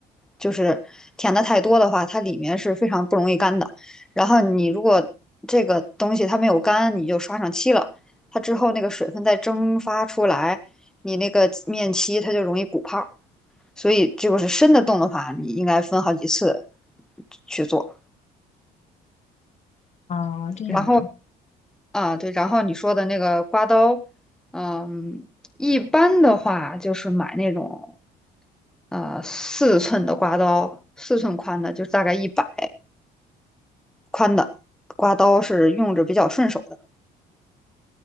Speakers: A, in the centre; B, on the left.
A: 就是填的太多的话，它里面是非常不容易干的。然后你如果这个东西它没有干，你就刷上漆了，它之后那个水分再蒸发出来，你那个面漆它就容易鼓泡。所以就是深的洞的话，你应该分好几次去做。
B: 哦，这样啊，
A: 然后啊，对，然后你说的那个刮刀，嗯，一般的话就是买那种呃四寸的刮刀，四寸宽的，就是大概一百宽的刮刀是用着比较顺手的。